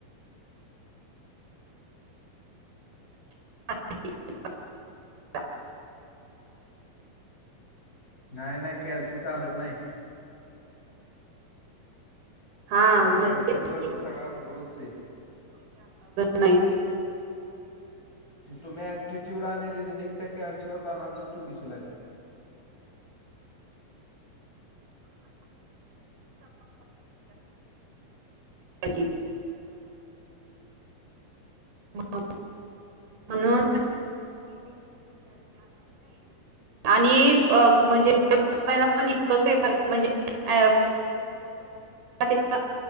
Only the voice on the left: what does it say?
नाही नाही कॅल्सी चालत नाही.
त्या
कॅल्सीमुळेच तर सगळा घोळ होते
तुम्ही अऍक्टिट्यूड आणि रिझनिंग त्या कॅल्सीवर दनादन सोडवशीला की.